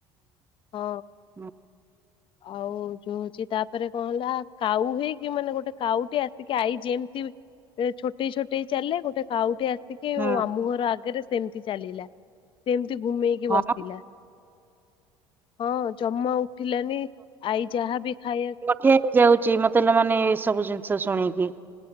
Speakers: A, on the left (about 45°); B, on the right (about 15°).
A: ହଁ
B: ହୁଁ
A: ଆଉ ଯୋଉ ହଉଛି ତାପରେ କଣ ହେଲା କାଉ ହେଇକି ମାନେ ଗୋଟେ କାଉଟେ ଆସିକି ଆଈ ଯେମିତି ସେ ଛୋଟେଇ ଛୋଟେଇ ଚାଲେ ଗୋଟେ କାଉଟେ ଆସି କି
B: ହୁଁ
A: ମୋ ମାମୁଁ ଘର ଆଗରେ ସେମିତି ଚାଲିଲା ସେମିତି ଘୁମେଇକି
B: ହଁ
A: ବସିଲା ହଁ ଜମା ଉଠିଲାନି ଆଇ ଯାହା ବି ଖାଇବା
B: କିଏ ଯାଉଛି ମତେ ହେଲେ ମାନେ ଏ ସବୁ ଜିନିଷ ଶୁଣିକି